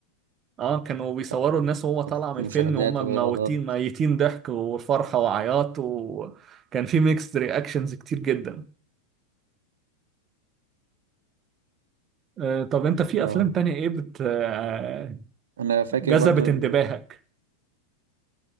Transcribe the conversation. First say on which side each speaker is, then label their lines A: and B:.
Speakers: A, on the right; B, on the right.
A: اه كانوا بيصوروا
B: بتاعت
A: الناس وهو طالعة من
B: المشاهدات
A: الفيلم وهم
B: والإيرادات
A: موتين ميتين ضحك وفرحة وعياط وكان في ميكس رياكشنز كتير جدا آه طب انت في
B: اه
A: افلام تانية ايه بت آه
B: أنا فاكر
A: جذبت
B: برضو
A: انتباهك